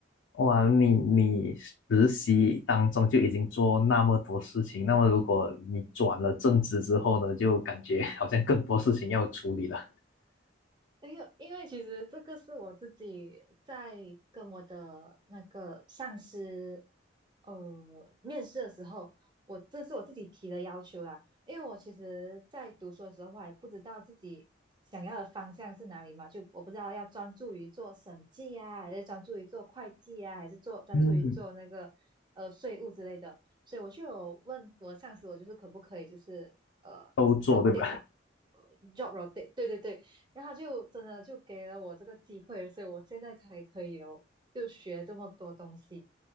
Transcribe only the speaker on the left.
哇，你你实习当中就已经做那么多事情，那么如果你转了正职之后呢，就感觉好像更多事情要处理了，
嗯，
都做对吧？